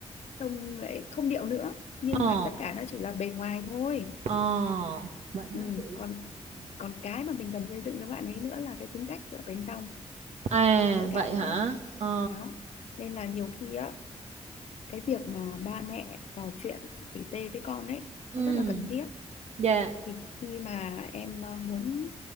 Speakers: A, on the left; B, on the right.
A: trông lại không điệu nữa nhưng
B: ồ
A: mà tất cả nó chỉ là bề ngoài thôi
B: ồ vậy
A: ừ,
B: hả chị?
A: còn
B: Ừ.
A: còn cái mà mình cần xây dựng cho bạn ấy nữa là cái tính cách ở bên trong
B: À,
A: với cả
B: vậy hả? Ờ,
A: đó nên là nhiều khi á cái việc mà ba mẹ trò chuyện tỉ tê với con ấy
B: ừ,
A: nó rất là cần thiết
B: dạ,
A: thì khi mà em ờ, muốn